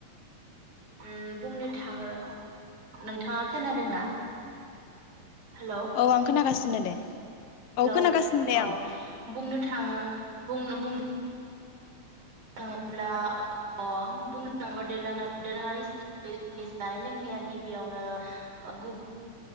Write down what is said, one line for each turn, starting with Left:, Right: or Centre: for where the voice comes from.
Right: ओम बुंनो थाङो नोंथाङा खोनादोंना? हेलौ
Left: औ आं खोनागासि नो दे।
Right: हेलौ
Left: औ खोनागासिनो दे
Right: अ
Left: आं
Right: बुंनो थाङो बुंनो बुं थाङोब्ला अ बुंनो थाङोब्ला देलोङा दोरोङारि जोंनि जानाय लोंनाया गिबियावनो ओ गुब